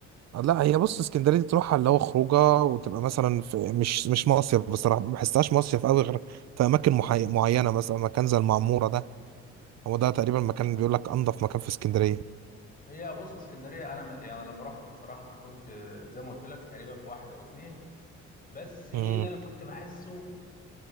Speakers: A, on the right (about 60°); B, on the left (about 30°).
A: لا هي بص اسكندرية دي تروحها اللي هو خروجه وتبقى مثلا في مش مش مصيف بصراحة ما بحسهاش مصيف قوي غير في أماكن محي... معينة مثلا مكان زي المعمورة ده هو ده تقريبا مكان بيقول لك أنظف مكان في اسكندرية
B: هي بص اسكندريه انا م- يعني لما رحت بصراحه انا كنت زي ما قلت لك تقريبا في واحد او اتنين بس ايه
A: امم
B: اللي انا كنت بحسه